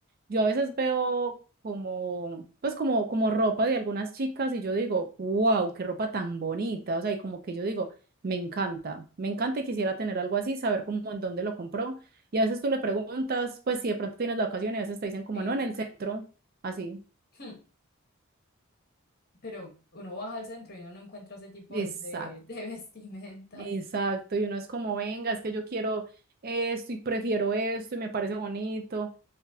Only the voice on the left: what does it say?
Sí.
<laughs> Pero uno baja al centro y uno no encuentra ese tipo
de, de de <laughs> vestimentas.